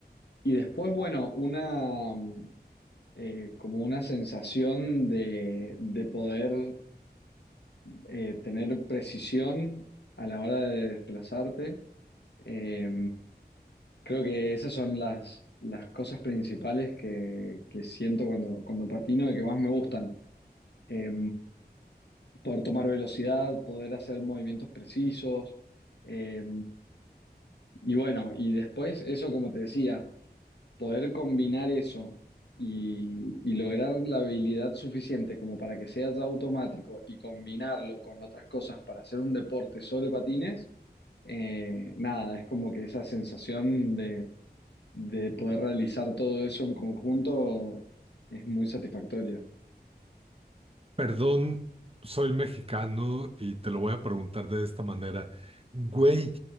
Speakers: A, on the left; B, on the right.
A: y después, bueno, una, mm, eh, como una sensación de, de poder eh, tener precisión a la hora de desplazarte. Eh, creo que esas son las, las cosas principales que, que siento cuando, cuando patino y que más me gustan. Eh, poder tomar velocidad, poder hacer movimientos precisos. eh, y bueno, y después eso como te decía poder combinar eso y, y lograr la habilidad suficiente como para que sea ya automático y combinarlo con otras cosas para hacer un deporte sobre patines, eh, nada, es como que esa sensación de, de poder realizar todo eso en conjunto es muy satisfactoria.
B: Perdón, soy mexicano y te lo voy a preguntar de esta manera. Güey,